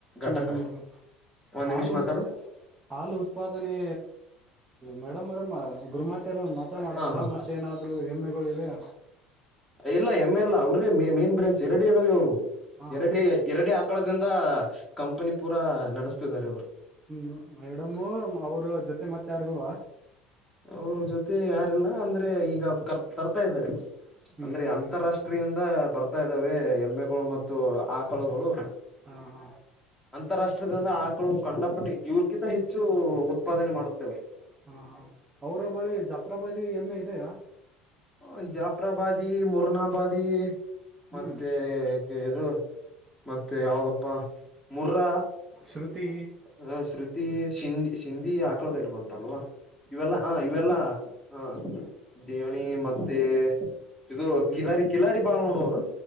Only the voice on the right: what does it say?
ಹ್ಮ್ ಹ್ಮ್ ಹ್ಮ್
ಹಾಲು
ಉತ್ ಹಾಲು ಉತ್ಪಾದನೆ ಮೇಡಮ್ಮರೆಮ. ಗುರುಮಾತೆರು ಒಂದ್ ಮಾತ್ರ ಮಾಡ್ತಾರ
ಮತ್ತೇನಾದ್ರು ಹೆಮ್ಮೆಗಳು ಇವೆಯ.
ಹ
ಹಾ
ಹ್ಮ್ ಮೇಡಮ್ಮ ಅವ್ರ ಜೊತೆ ಮತ್ತೆ ಯಾರಿಲ್ವಾ.
ಹ್ಮ್
ಹ್ಮ್
ಹ್ಮ್
ಹಾ ಹ
ಹಾ ಹಾ ಅವ್ರ ಬಳಿ ಜಪ್ರಬದಿ ಎಮ್ಮೆ ಇದೆಯಾ.
ಹ್ಮ್
ಶ್ರುತಿ
ಹ್ಮ್
ಹ್ಮ್